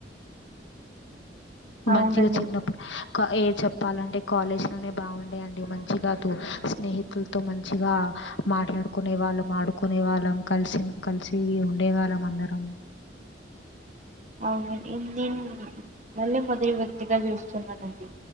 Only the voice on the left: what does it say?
మంచిగా చిన్నప్ కా ఏ చెప్ చెప్పాలంటే కాలేజ్ లోనే బాగు మంచిగా స్నేహితులతో మంచిగా మాట్లాడుకునే వాళ్ళ ఆడుకునే వాళ్ళం కలిసి కలిసి ఉ దేవాలమందరము